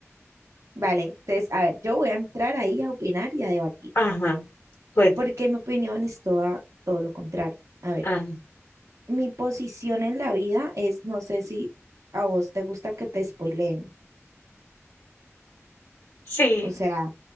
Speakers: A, on the right (about 85°); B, on the left (about 60°).
A: Vale, entonces, a ver, yo voy a entrar ahí a opinar y a debatir,
B: Ajá, cuéntame.
A: porque mi opinión es toda, todo lo contrario. A ver,
B: Ah,
A: mi posición en la vida es, no sé si a vos te gusta que te spoileen,
B: sí,
A: o sea...